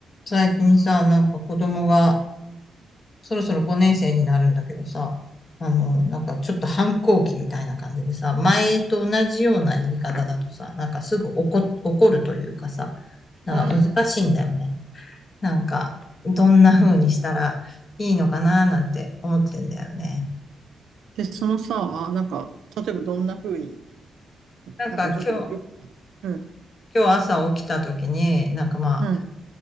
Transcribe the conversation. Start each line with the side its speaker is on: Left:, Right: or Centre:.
Left: 最近さ、なんか子供がそろそろ5年生になるんだけどさ、あの、なんかちょっと反抗期みたいな感じでさ、前と同じような言い方だとさ、なんかすぐ怒、怒るというかさ、なんか難しいんだよね。
Right: うん。
Left: なんか、どんな風にしたらいいのかななんて思ってんだよね。
Right: で、そのさ、なんか、例えばどんな風に、
Left: なんか今日、
Right: なんかちょっとよく、うん、
Left: 今日朝起きた時に、なんかまあ、
Right: うん、